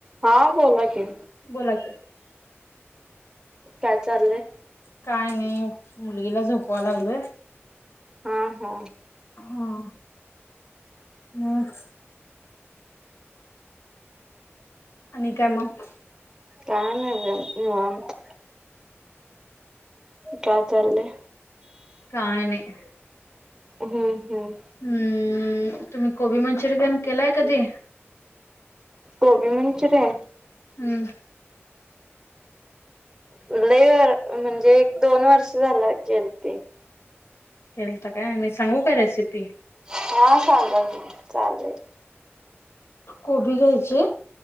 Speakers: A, on the right (about 15°); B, on the left (about 75°).
A: हा बोला कि.
B: बोला की
A: काय चाललंय.
B: काय नाही मुलगीला झोपवा लागलोय.
A: हा हा,
B: हा मग. आणि काय मग.
A: काय नाही बघा निवांत. काय चाल.
B: काय नाही.
A: हम्म हम्म.
B: हम्म तुम्ही कोबी मंचुरियन केलाय कधी.
A: कोबी मंचुरी.
B: हम्.
A: लय व म्हणजे एक दोन वर्ष झालं केल ती.
B: केलता काय मी सांगू काय रेसिपी.
A: हा सांगा की चालेल.
B: कोबी घ्यायची